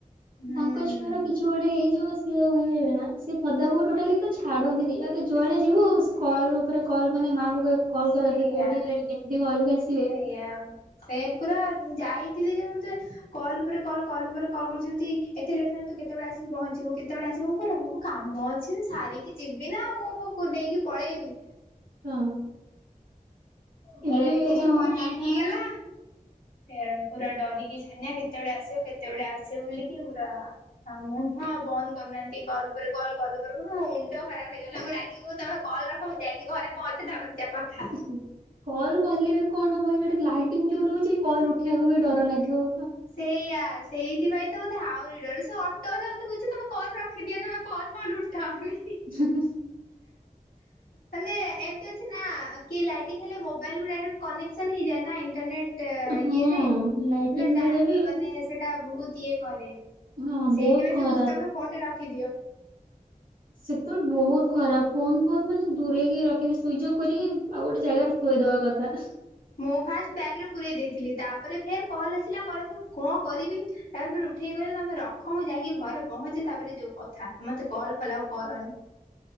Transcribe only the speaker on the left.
ହୁଁ
ସେଇଆ।
ସେଇଆ ସେ ପୁରା ଯାଇଥିଲି ଯେ ମୁଁ ଜେ କଲ୍ ଉପରେ କଲ୍ କଲ୍ ଉପରେ କଲକରୁଚନ୍ତି ଏତେ ଲେଟ ହେଲାଣି ତୁ କେତେବେଳେ ଆସିକି ପହଞ୍ଚିବୁ କେତେବେଳେ ଆସିବୁ ମୁଁ କହିଲି ରହମ। କାମ ଅଛି ମୁ ସାରିକି ଯିବି ନା ଆଉ ମୁଁ -ମୁଁ ନେଇକି ପଳେଇବି।
ତୋର
ଏତେଯୋ ଲେଟ୍ ହେଇଗଲା। ଏଁ ପୁରା ଡରିକି ଛାନିଆ କେତେବେଳେ ଆସିବ କେତେବେଳେ ଆସିବ ବୋଲିକି ପୁରା ହଁ ମୁଁ ହଁ ଫ ବନ୍ଦ୍ କରୁନାହାନ୍ତି କଲ ଉପରେ କଲ ଉପରେ କଲ୍ ମୋ ମୁଣ୍ଡ ଖରାପ ହେଇଗଲା। ମୁଁ ରାଗିକି ତମେ କଲ ରଖ ମୁଁ ଯାଇକି ଘରେ ପହଞ୍ଚେ ତାପରେ ଯାହା କଥା ହବା।
ସେଇୟା ସେଇଥିପାଇଁ ତ ମତେ ଆହୁରି ଡର। ସେ ଅଟୋ ବାଲା ମତେ କହୁଚି ତମେ କଲ ରଖିଦିଅ ତମେ କଲ ବଲ ଉଠାଅନି।
ମାନେ ଏମତି ଅଛି ନା କି ଲାଇଟିଂ ହେଲେ ମୋବାଇଲ ରୁ ଡାଇରେକ୍ଟ କନେକ୍ସନ ହେଇଯାଏ ନା ଇଣ୍ଟରନେଟ୍। ଟା
ଇଏରେ
ନା ଡା
ମାନେ ସେଟା ବହୁତ ଇଏ କରେ।
ସେଇଥିପାଇଁ
ସେ କହୁଚି ତମେ ଫୋନ୍ ଟା ରଖିଦିଅ।
ମୁଁ ଫାଷ୍ଟ୍ ବ୍ୟାଗରେ ପୁରେଇ ଦେଇଥିଲି ତାପରେ ଫେର୍ କଲ୍ ଆସିଲା କ ଆସଲା ମୁଁ କଲି କଁ କରିବି। ତାପରେ ଫେରେ ଉଠେଇକି କଲି ତମେ ରଖ ମୁଁ ଯାଇକି ଘରେ ପହଞ୍ଚେ ତାପରେ ଯୋଉ କଥା। ଆ ମତେ କଲ ଫଲ ଆଉ କରନି।